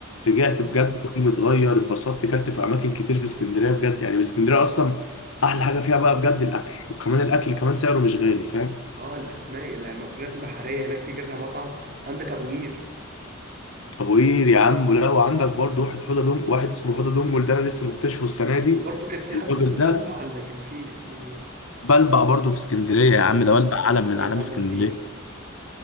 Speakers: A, on the left; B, on the right.
A: رجعت
B: مم.
A: بجد مودي متغير اتبسطت كلت في أماكن كتير في اسكندرية بجد يعني اسكندرية أصلا أحلى حاجة فيها بقى بجد الأكل وكمان الأكل كمان سعره مش غالي فاهم
B: اه الأسماك المأكولات البحرية هناك في كذا مطعم عندك أبو قير
A: أبو قير يا عم لا وعندك برضه واحد حوضة دونج واحد اسمه حوضة دونجل ده أنا لسه مكتشفه السنة دي
B: وبرضه كان في
A: الراجل
B: حد اسمه
A: ده
B: بلبع ولا كان في اسمه إيه؟
A: بلبع برضه في اسكندرية يا
B: اه
A: عم
B: بلبع
A: ده بلبع
B: برضه
A: علم من
B: سمعت
A: أعلام
B: عنه
A: اسكندرية
B: كتير